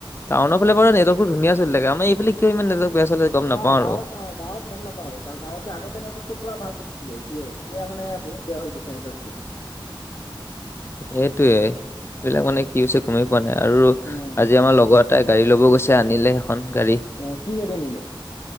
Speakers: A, on the left (about 30°); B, on the left (about 50°).
A: টাউনৰ ফালে বাৰু নেটৰ্কটো ধুনীয়া চলি থাকে, আমাৰ এইফালে কিয় ইমান নেটৱৰ্ক বেয়া চলে গম নাপাওঁ
B: অ',
A: আৰু
B: গাঁৱত অ', গাঁৱত গম নাপ পাওঁ, আগতে নেটৱৰ্কটো পুৰা ভাল চলিছিলে, এতিয়া মানে বহুত বেয়া হৈ গৈছে নেটৰ্কটো।
A: সেইটোয়েই, এইবিলাক মানে কি হৈছে গমেই পোৱা নাই আৰু
B: উম,
A: আজি আমাৰ লগত তাই গাড়ী ল'ব গৈছে, আনিলে সেইখন গাড়ী।
B: অ', কি গাড়ী আনিলে?